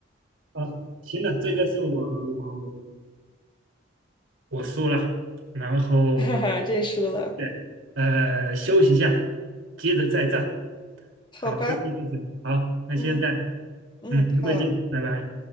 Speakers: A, on the right; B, on the left.
A: 啊。行了，这个是我我我输了，然后
B: <laughs> 哈哈，认输了，
A: 对，呃，休息一下，接着再战。
B: 好吧。
A: 好，休息一阵。好，那现在
B: 嗯嗯，
A: 嗯，一会见，
B: 好。
A: 拜拜。